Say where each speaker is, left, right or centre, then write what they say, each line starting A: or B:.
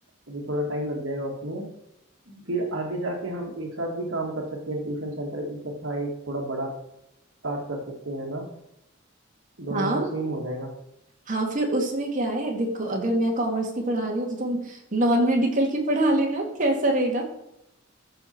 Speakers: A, on the right; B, on the right.
A: अभी थोड़ा टाइम लग जाएगा उसमें फिर आगे जाके हम एक साथ भी काम कर सकते हैं ट्यूशन सेंटर इकट्ठा एक थोड़ा बड़ा स्टार्ट कर सकते हैं ना दोनों
B: हाँ
A: का सेम हो जाएगा
B: हाँ फिर उसमें क्या है देखो अगर मैं कॉमर्स की पढ़ा रही हूँ तो तुम नॉन मेडिकल की पढ़ा लेना कैसा रहेगा